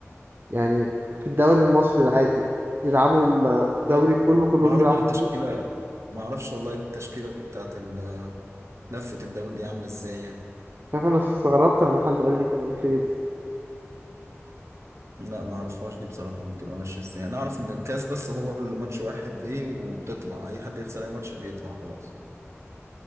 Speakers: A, on the right; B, on the right.
A: يعني في الدوري المصري العادي بيلعبوا الدوري
B: لا
A: كله كلهم
B: ما اعرفش
A: بيلعبوا
B: التشكيله
A: مع بعض
B: ما اعرفش والله التشكيله بتاعت ال- لفه الدوري دي عامله ازاي يعني
A: شايف أنا استغربت لما حد قال لي كده قلت إيه ده
B: لا ما اعرفهاش دي بصراحه بتبقى ماشيه ازاي انا اعرف ان الكاس بس هو اللي ماتش واحد ايه وبتطلع اي حد يخسر اي ماتش بيطلع خلاص